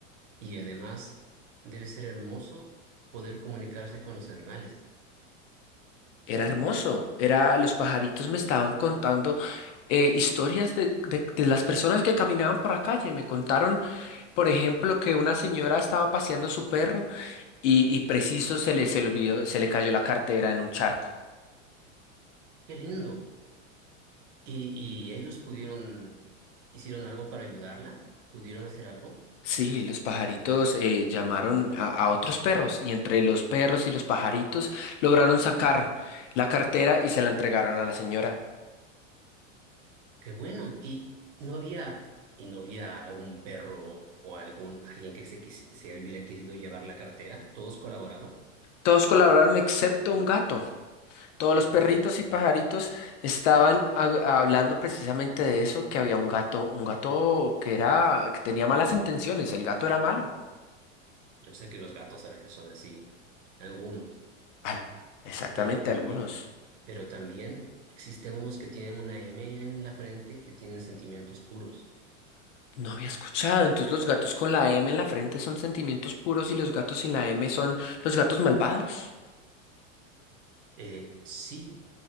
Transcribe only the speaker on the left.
Era hermoso, era, los pajaritos me estaban contando eh, historias de, de- de las personas que caminaban por la calle. Me contaron, por ejemplo, que una señora estaba paseando su perro y, y preciso se le, se le olvidó, se le cayó la cartera en un charco.
Sí, los pajaritos eh, llamaron a, a otros perros y entre los perros y los pajaritos lograron sacar la cartera y se la entregaron a la señora.
Todos colaboraron excepto un gato. Todos los perritos y pajaritos estaban ha- hablando precisamente de eso, que había un gato, un gato que era, que tenía malas intenciones, el gato era malo.
Al- exactamente,
algunos.
No había escuchado. Entonces los gatos con la M en la frente son sentimientos puros y los gatos sin la M son los gatos malvados.